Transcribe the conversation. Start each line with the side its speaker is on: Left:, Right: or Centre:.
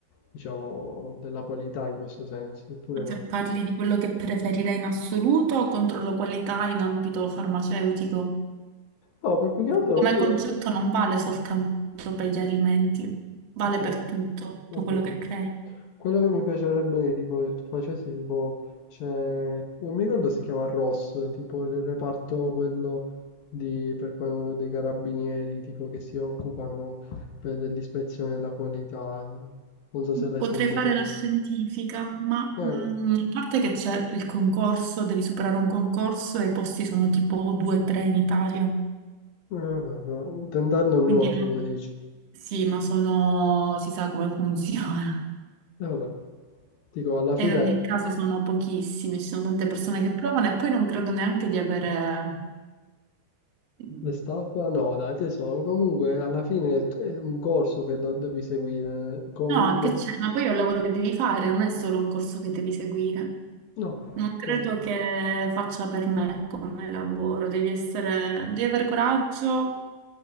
Left: diciamo, della qualità in questo senso, oppure no?
Right: Se parli di quello che preferirei in assoluto, controllo qualità in ambito farmaceutico.
Left: No, per più che altro...
Right: Come
Left: eh,
Right: concetto non vale soltanto per gli alimenti, vale
Left: Ok.
Right: per tutto, tutto
Left: Ho
Right: quello
Left: capito.
Right: che crei.
Left: Quello che mi piacerebbe che tipo, che tu facessi, tipo, c'è... non mi ricordo si chiama ROS, tipo il reparto quello di, per quello dei carabinieri, tipo che si occupano per- dell'ispezione della qualità. Non so se l'hai
Right: Potrei
Left: sentito.
Right: fare la scientifica, ma
Left: Eh,
Right: mh,
Left: eh,
Right: a parte che c'è il concorso, devi superare un concorso e i posti sono tipo 2-3 in Italia.
Left: vabbè, no. tentar non
Right: Quindi
Left: nuoce,
Right: no.
Left: come dici.
Right: Sì, ma sono... si sa come funziona.
Left: E vabbè, dico, alla fine...
Right: E in ogni caso sono pochissimi, ci sono tante persone che provano e poi non credo neanche di avere Mm.
Left: Le staffa? No, dai, tesoro. Comunque, alla fine è è un corso che non devi seguire. Comunque...
Right: No, che c'è? Ma poi è un lavoro che devi fare, non è solo un corso che devi seguire.
Left: No,
Right: Non credo
Left: okay.
Right: che faccia per me come lavoro, devi essere, devi avere coraggio